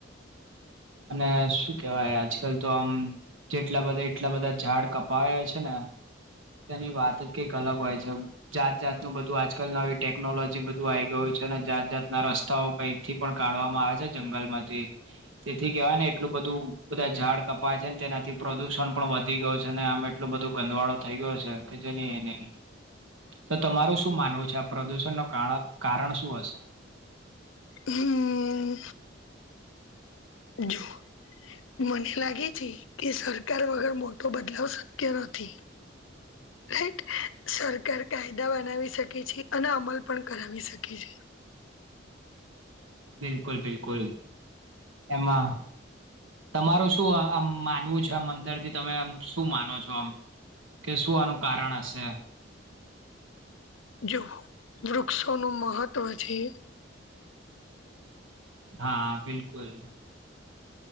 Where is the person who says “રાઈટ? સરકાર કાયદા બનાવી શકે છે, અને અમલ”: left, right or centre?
Left